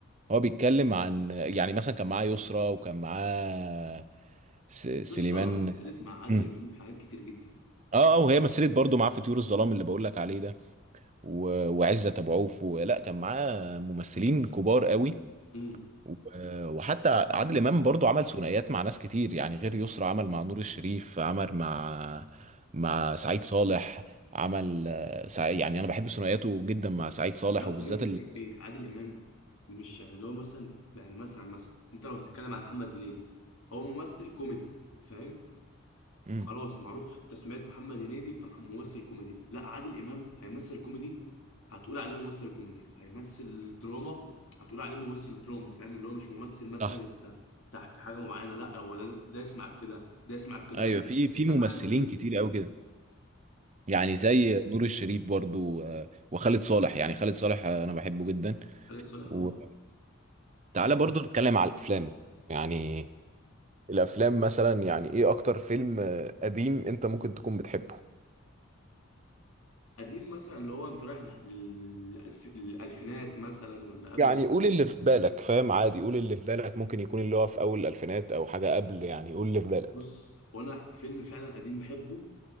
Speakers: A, on the right; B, on the left.
A: هو بيتكلم عن يعني مثلا كان معاه يسرا وكان معاه س- سليمان
B: يسرا مثلت مع عادل
A: مم.
B: امام حاجات كتير جدا
A: اه اه وهي مثلت برضه معاه في طيور الظلام اللي بقول لك عليه ده و... وعزت ابو عوف ولا كان معاه ممثلين كبار قوي
B: امم
A: و- وحتى عادل امام برضو عمل ثنائيات مع ناس كتير يعني غير يسرا عمل مع نور الشريف عمل مع مع سعيد صالح عمل آه، سع- يعني انا بحب ثنائياته جدا مع سعيد صالح
B: لا وكمان
A: وبالذات
B: الفكرة
A: ال...
B: في ايه عادل امام مش يعني اللي هو مثلا يعني مثلا مثلا انت لو هتتكلم على محمد هنيدي هو ممثل كوميدي فاهم
A: مم.
B: خلاص معروف في التسميات محمد هنيدي يبقى مح- ممثل كوميدي لا عادل امام هيمثل كوميدي هتقول عليه ممثل كوميدي هيمثل دراما هتقول عليه ممثل دراما فاهم اللي هو مش ممثل مثلا
A: صح
B: انت تحت حاجة معينة لا هو ده ده يسمعك في ده ده يسمعك في ده
A: ايوه
B: هيديك
A: في
B: نفس
A: في
B: الكفاءة
A: ممثلين
B: اللي في دي
A: كتير
B: في دي
A: قوي كده يعني
B: بس
A: زي نور الشريف برضو آه، وخالد صالح يعني خالد صالح آه، انا بحبه جدا
B: خالد صالح
A: وتعالى
B: اه
A: برضو نتكلم على الافلام يعني الافلام مثلا يعني ايه اكتر فيلم آه، قديم انت ممكن تكون بتحبه
B: قديم مثلا اللي هو انت رايح للألف... للألفينات مثلا ولا قبل
A: يعني
B: كده
A: قول اللي في بالك فاهم عادي قول اللي في بالك ممكن يكون اللي هو في اول الالفينات او حاجه قبل يعني قول اللي في بالك
B: بص وانا فيلم فعلا قديم بحبه